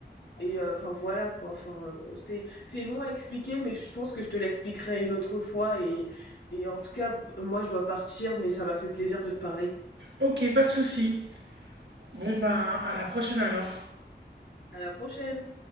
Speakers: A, on the left; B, on the right.
A: Et euh, enfin voilà quoi. Enfin euh, c'est c'est long à expliquer, mais je pense que je te l'expliquerai une autre fois. Et et en tout cas, b- moi je dois partir, mais ça m'a fait plaisir de te parler.
B: Ok, pas de souci. Bon, bah, à la prochaine alors.
A: À la prochaine.